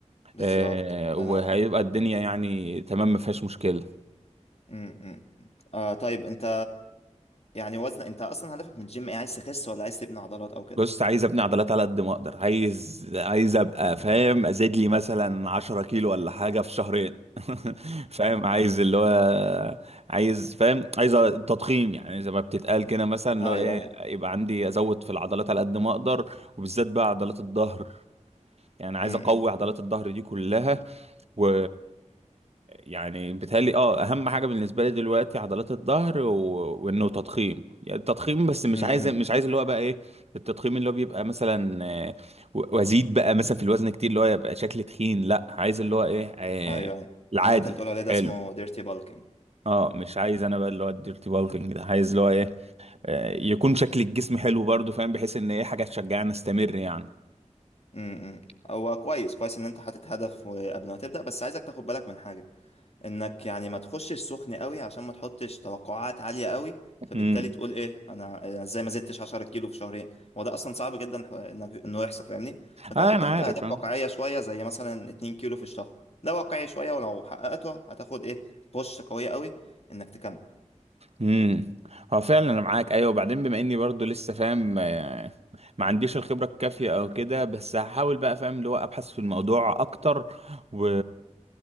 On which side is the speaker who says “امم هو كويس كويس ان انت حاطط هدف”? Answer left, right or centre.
Left